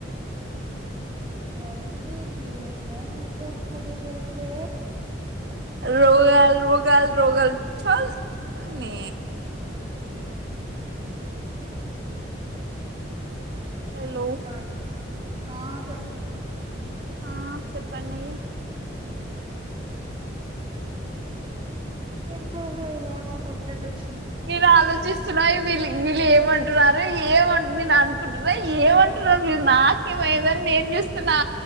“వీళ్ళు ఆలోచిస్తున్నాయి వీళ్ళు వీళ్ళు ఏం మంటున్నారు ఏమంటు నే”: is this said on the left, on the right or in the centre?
Right